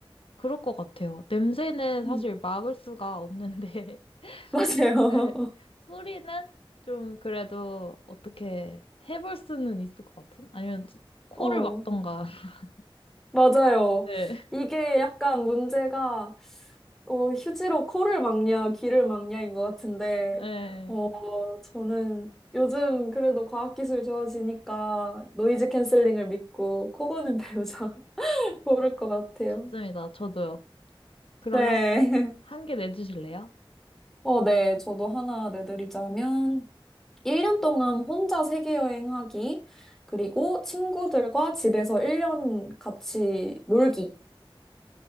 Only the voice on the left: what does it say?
그럴 것 같아요. 냄새는
사실 막을 수가 없는데,
네. 소리는 좀 그래도 어떻게 해볼 수는 있을 것 같은? 아니면 코를
막던가. <laughs>
네.
네.
좋습니다. 저도요. 그러면
한 개 내주실래요?